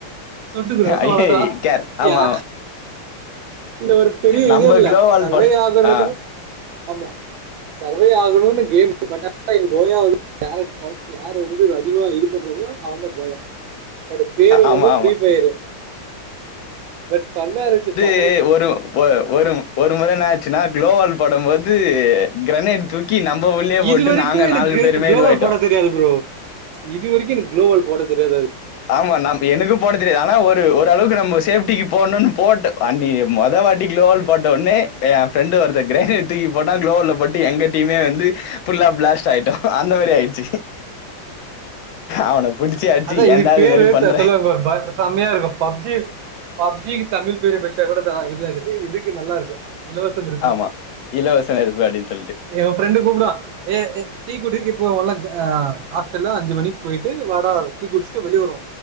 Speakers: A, on the right; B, on the left.
A: சுட்டுக்குறோ
B: ஐய
A: அவ்ளதா
B: கேர் ஆமா
A: யா
B: ஆமா
A: இதுல ஒரு பெரிய
B: நம்ம
A: இதர்ல
B: குளோவால்
A: சர்வை
B: பட
A: ஆகுறதுகு
B: ஆ
A: ஆமா சர்வே ஆகணுனு கேம் பட் <inaudible> கேரட் கொல் யாரு வந்து அதிகமா இது பண்றாங்களோ அவங்க போயா படு பேர் என்னமோ
B: ஆமா
A: ஃப்ரீ
B: ஆமா
A: பயரு பட் பண்ணா ரச்சு பா
B: தே ஒரு ஒ ஒரு ஒரு முற என்னாச்சுன்னா குளோவால் போடம்போது கிரனேட் தூக்கி நம்ம உள்ளயே போட்டு
A: இது வரைக்கும்
B: நாங்க
A: எனக்கு
B: நாலு பேருமே
A: குளோபல்
B: இதுவாய்டோ
A: போட தெரியாது ப்ரோ இது வரக்கி எனுக் குளோவால் போட தெரியாது அது
B: ஆமா நம் எனது போட தெரியாது ஆனா ஒரு ஓரள்வுக்கு நம்ம சேஃப்டிக் போட்ணுனு போட்டு அன்னிக்கி மொத வாட்டி குளோல் போட்ட உட்னே ஏ ஃப்ரெண்டு ஒருத்த கிரனர் தூக்கி போட்டா குளோவால பட் எங்க டீமே வந்து புஃல்லா பிளாஸ்ட் ஆய்ட்டோ அந்த மரியாய்டுசு அவன புடிச்சு அடிச்சு
A: அதா
B: ஏன்டா
A: இதுக்
B: இது
A: பேரு
B: மாரி பண்ற
A: த சொல்வாங் பர் பார்த சம்யா இருக்கு பப்ஜி பப்ஜிகு தமிழ் பேரே வச்சா கூட தா இதாக்கிது இதுக்கு நல்லாருக்கு இலவசங்கிருசு
B: ஆமா இலவச நெருப்பு அப்டின்னு சொல்ட்டு
A: ஏ ஃப்ரெண்டு கூப்டுவா ஏ எ டீ குடிக்கி இப்போ வொல்ல ஆ ஆஸ்டல்லா அஞ்சு மணிக் போய்ட்டு வாடா டீ குஸ்ட்டு வெளிய வர்வோ